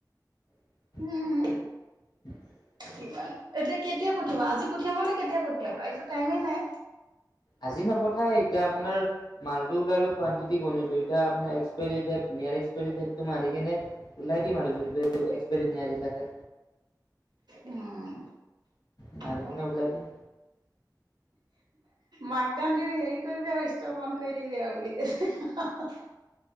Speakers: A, on the left; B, on the right.
A: <unintelligible>
B: উম কিমান এতিয়া কেতিয়া পঠিয়াবা আজি পঠিয়াব নে কেতিয়া পঠিয়াব এইটো টাইমে নাই
A: আজি নপঠায় এতিয়া আপোনাৰ মালটো ওলালো কোৱান্তিতি গণিলো, এতিয়া আপোনাৰ এক্সপাইৰী ডেট নিয় এক্সপাইৰী দেটটো মাৰি কেনে ওলাই দিম আৰু যোনটো এক্সপাইৰী নিয়াৰি থাকে
B: উম
A: ম
B: আকৌ
A: দেখ ন উলাদন
B: মাক দান দিও হেৰি কৰিবি আৰু ষ্টৰ বন্ধ কৰি দিবি আৰু বুলি কৈছে